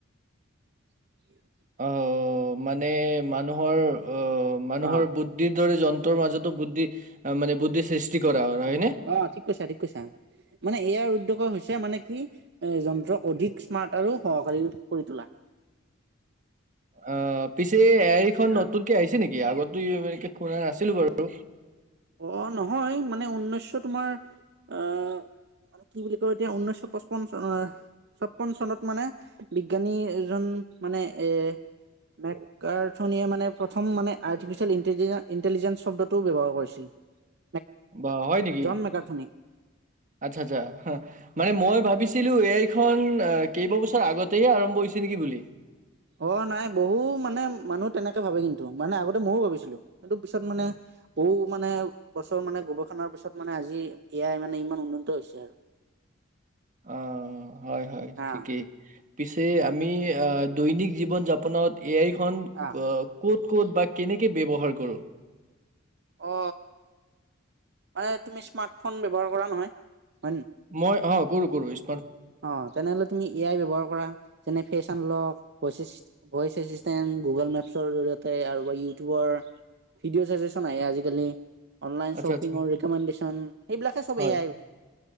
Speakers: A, on the right (about 55°); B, on the right (about 40°).
A: <inaudible>
B: অ মানে মানুহৰ অ মানুহৰ
A: অ',
B: বুদ্ধিৰ দৰে জন- ন্ত্ৰ মাজতো বুদ্ধি মানে বুদ্ধি সৃষ্টি কৰা হয় হয়নে?
A: অ ঠিক কৈছা ঠিক কৈছা মানে ইয়াৰ উদ্যোগ হৈছে মানে কি এ যন্ত্ৰ অধিক স্মাৰ্ট আৰু সহকাৰী কৰি তোলা
B: অ পিছ তে এ আই খন নতুনকে
A: অ
B: আহিছে নেকি আগত তুমি আমেৰিকাত পঢ়া নাছিলো বাৰু
A: অ নহয় মানে ঊনৈছশ তোমাৰ আহ মানে কি বুলি কয় এতিয়া ঊনৈছশ পঁচপন্ন চ ছপন্ন চনত মানে বিজ্ঞানী এজন মানে এ মেকাৰথনিয়ে মানে প্ৰথম মানে আৰ্টিফিচিয়েল ইণ্টেলিজে ইণ্টেলিজেঞ্চ শব্দটোও ব্যৱহাৰ কৰিছিল। <inaudible>
B: বা হয় নেকি
A: জন মেকাৰ্থনী
B: আচ্ছা আচ্ছা হা মানে মই ভাবিছো ছিলো এ আই খন কেইবাবছৰ আগতেহে আৰম্ভ হৈছে নেকি বুলি
A: অ নাই বহু মানে মানুহ তেনেকে ভাবে কিন্তু মানে আগতে মইয়ো ভাবিছিলো কিন্তু পিছত মানে বহু মানে বছৰ মানে গৱেষণাৰ পিছত মানে আজি এয়াই মানে ইমান উন্নত হৈছে আৰু
B: অ হয় হয়
A: হা
B: ঠিকেই পিছে আমি দৈনিক জীৱন যাপনত এই আই খন
A: আহ
B: ক কত ক'ত বা কেনেকে ব্যৱহাৰ কৰো
A: অ মানে তুমি স্মাৰ্টফোন ব্যৱহাৰ কৰা নহয় হয় নে?
B: মই আহক গৰু <unintelligible>
A: অ তেনেহলে তুমি এ আই ব্যৱহাৰ কৰা যেনে ফেচন লক ভইচ এ ভইচ এচিচেণ্ট গুগল মেপছৰ জৰিয়তে আৰু বা ইউটিউবৰ ভিডিঅ' ছাচেচন আহে আজিকালি অনলাইন
B: আচ্ছা
A: শ্বপিঙৰ
B: আচ্ছা
A: ৰিকমেণ্ডেশ্যন সেইবিলাকে চব
B: হয়
A: এয়াই